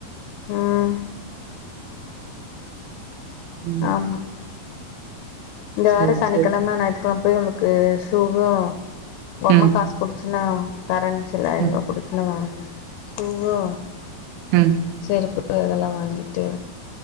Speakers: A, on the left; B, on the right.
A: ம்
B: ம்
A: ஆமா இந்த வாரோ
B: சரி,
A: சனிக்கெழம
B: சரி.
A: ஞாயி்த்துகெழம போய் அவ்ளுக்கு ஷூவு பொம்ம
B: ம்,
A: கா புடிச்சினா தரன்ச்சில்ல இன்மா
B: ம்,
A: புடிச்சின்னா வாங் ஷூவு
B: ம்
A: செருப்பு இதெல்லா வாங்கிட்டு